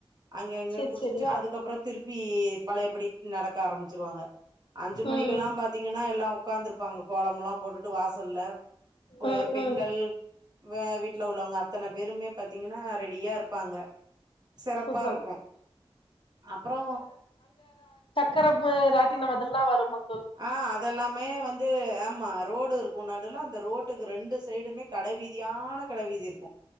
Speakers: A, on the right; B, on the left.
A: அங்கங்க
B: செரி
A: குடிச்சுட்டு
B: செரி
A: அதுக்கப்றோ திருப் வீ இப் பழையபடித் நடக்க ஆரம்பிச்சிருவாங்க அஞ்சு மணிக்
B: ம்
A: இங்கெல்ல பாத்தீங்கன்னா எல்லா உக்காந்துருப்பாங்க கோலமெல்லா போட்டுட்டு வாசல்ல போய
B: ம்
A: பெண்கள்
B: ம்
A: வ வீட்ல உள்ளவங்க இத்தன பேருமே பாத்தீங்கன்னா ரெட் டியாருப்பாங்க சிறப்பாருக்கும்
B: சூப்பர்
A: அப்றோ
B: கரப்மு ராட்டினம் அதெல்லா வரும்மா
A: ஆ அதெல்லாமே வந்து ஆமா ரோடிருக்கும் நடுவுல அந்த ரோட் டுக்கு ரெண்டு சைடுமே கட வி தியான கட வீதி இருக்கும்